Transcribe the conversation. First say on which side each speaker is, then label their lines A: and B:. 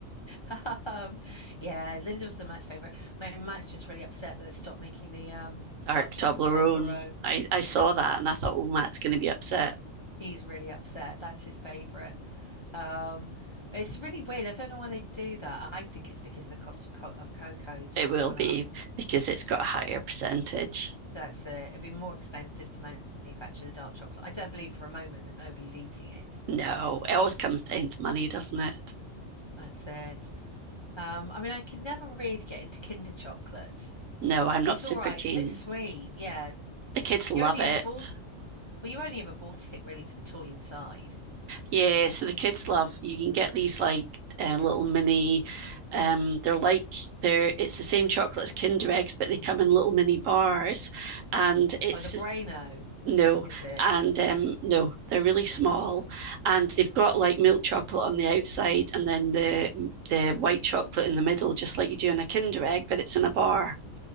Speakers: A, on the left; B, on the right.
A: <laughs> Um, yeah, Lindors are Matt's favorite. My Matt's just really upset that they've stopped making the um
B: dark
A: dark chocolate
B: Toblerone.
A: Toblerone.
B: I, I saw that and I thought, oh, Matt's going to be upset.
A: He's really upset. That's his favorite. Um, it's really weird. I don't know why they do that. I think it's because the cost of co of cocoa's
B: It will
A: gone
B: be
A: up.
B: because it's got a higher percentage.
A: That's it. It'd be more expensive to manufacture the dark chocolate. I don't believe for a moment that nobody's eating it.
B: No, it always comes down to money, doesn't it?
A: That's it. Um, I mean, I could never really get into Kinder chocolate.
B: No, I'm not
A: It's
B: super
A: all right.
B: keen.
A: It's a bit sweet. Yeah.
B: The kids love
A: You only
B: it.
A: ever bought, well, you only ever bought it really for the toy inside.
B: Yeah, so the kids love you can get these like uh, little mini um they're like they're it's the same chocolate as Kinder eggs but they come in little mini bars and it's
A: Oh, the Braino,
B: no
A: is it?
B: and um no they're really small and they've got like milk chocolate on the outside and then the the white chocolate in the middle just like you do in a Kinder egg but it's in a bar